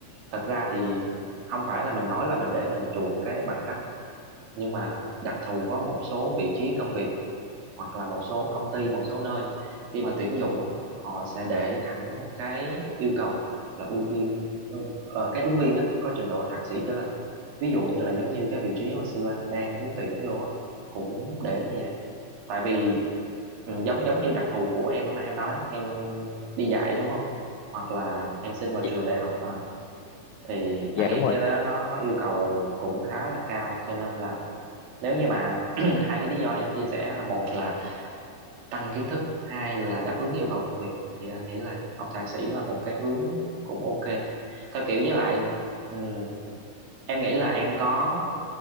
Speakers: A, on the right (about 80°); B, on the left (about 90°).
A: thật ra thì không phải là mình nói là mình để mình chuộng cái bằng cấp nhưng mà đặc thù có một số vị trí công việc hoặc là một số công ty một số nơi khi mà tuyển dụng á, họ sẽ để thẳng một cái yêu cầu là ưu tiên ừ, ờ, cái ứng viên á, có trình độ thạc sĩ trở lên ví dụ như là giống như cái vị trí hồi xưa anh đang ứng tuyển vô á cũng để như vậy tại vì ừ, giống giống như đặc thù của em lúc nãy em nói đó em đi dạy đúng không hoặc là em xin vào
B: dạ
A: trường đại học à, thì
B: dạ,
A: anh nghĩ
B: đúng rồi
A: cái đó nó nó yêu cầu cũng khá là cao cho nên là nếu như mà <clears throat> hai cái lý do em chia sẻ là một là tăng kiến thức hai là đáp ứng yêu cầu công việc thì anh nghĩ là học thạc sĩ là một cái hướng cũng ok theo kiểu với lại ừ, em nghĩ là em có